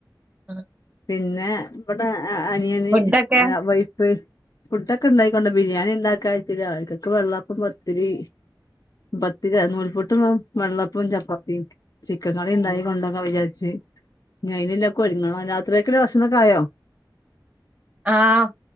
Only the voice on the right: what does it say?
ആഹ്
ഫുഡൊക്കെ
ആഹ്